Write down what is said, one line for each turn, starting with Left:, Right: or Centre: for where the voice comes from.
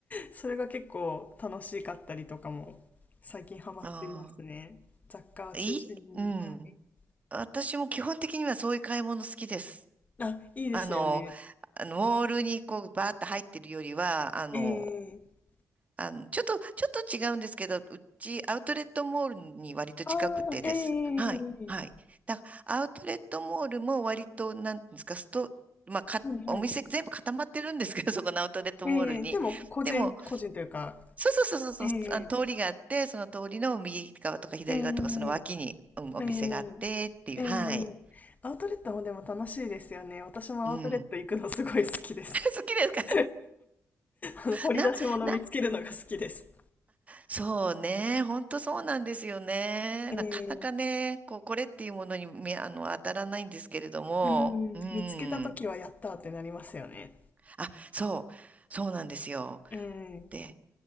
Left: それが結構楽しかったりとかも最近ハマっていますね。
Right: あ
Left: 雑貨を中心に。
Right: あ、いいうん。
Left: はい
Right: 私も基本的にはそういう買い物好きです。
Left: あ、いいですよね。
Right: あの、あのモールにこうバーッと入ってるよりは、あの、
Left: ええ
Right: あの、ちょっと、ちょっと違うんですけど、うちアウトレットモールに割と近くてです。
Left: ああー、ええ
Right: はい、はい。だからアウトレットモールも割と、なんていうんですか、スト、まあ、か、
Left: はいはい。
Right: お店全部固まってるんですけど、<laughs> そこのアウトレットモールに。
Left: ええでも個人、
Right: でも、
Left: 個人というか、
Right: そうそうそうそう、
Left: ええ
Right: そうあの通りがあって、その通りの右側とか左側とか、
Left: ええ
Right: その脇に、うん、お店があってっていう、
Left: ええええ
Right: はい。
Left: アウトレットもでも楽しいですよね。私もアウトレット行くのすごい好きです。
Right: うん。<laughs> 好きですか
Left: <laughs> あの掘り出し物見つけるのが好きです。
Right: な、な、そうね。本当そうなんですよね。
Left: ええ
Right: なかなかね、こう、これっていうものに、めあの、当たらないんですけれども。
Left: うん、
Right: うん。
Left: 見つけたときはやったーってなりますよね。
Right: あ、そう。そうなんですよ。
Left: ええ
Right: で、